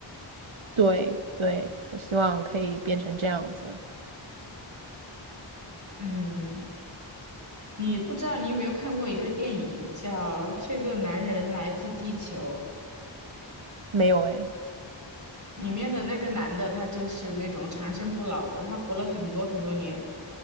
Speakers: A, on the right; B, on the right.
A: 对对，我希望可以变成这样子。
B: 嗯，你不知道你有没有看过一个电影叫《这个男人来自地球》，
A: 没有哎，
B: 里面的那个男的他就是那种长生不老的，他活了很多很多年，